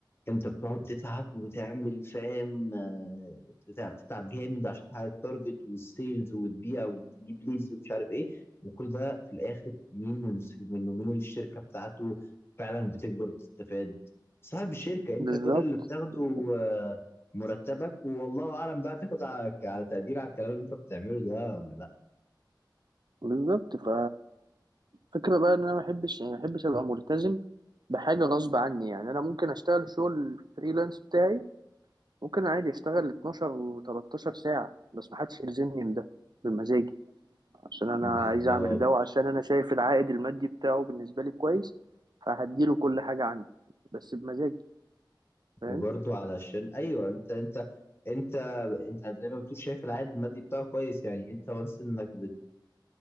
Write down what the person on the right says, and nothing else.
بالظبط
بالظبط
بالظبط. ف فكرة بقى ان انا ما بحبش يعني ما بحبش ابقى ملتزم بحاجة غصب عني يعني انا ممكن اشتغل شغل فريلانس بتاعي ممكن عادي اشتغل 12 و13 ساعة بس ما حدش يلزمني بده بمزاجي عشان انا
عايز اعمل ده وعشان انا شايف العائد المادي بتاعه بالنسبة لي كويس فهديله كل حاجة عندي بس بمزاجي فاهم